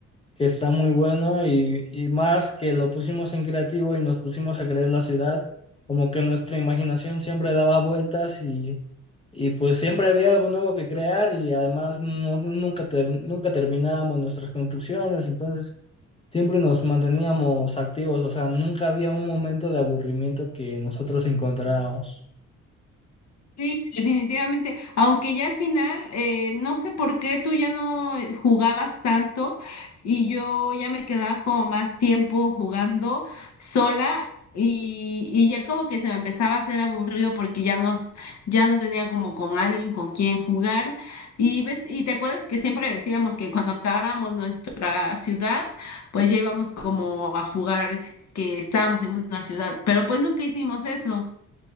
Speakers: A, on the left (about 20°); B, on the left (about 60°).
A: que está muy bueno y, y más que lo pusimos en creativo y nos pusimos a crear la ciudad, como que nuestra imaginación siempre daba vueltas y Y pues siempre había algo nuevo que crear y además no, nunca, te- nunca terminábamos nuestras construcciones, entonces siempre nos manteníamos activos, o sea, nunca había un momento de aburrimiento que nosotros encontráramos.
B: Sí, definitivamente. Aunque ya al final, eh, no sé por qué tú ya no eh, jugabas tanto y yo ya me quedaba como más tiempo jugando sola y, y ya como que se me empezaba a hacer aburrido porque ya no, ya no tenía como con alguien con quien jugar. Y ves, y te acuerdas que siempre decíamos que cuando acabáramos nuestra ciudad, pues ya íbamos como a jugar que estábamos en una ciudad, pero pues nunca hicimos eso.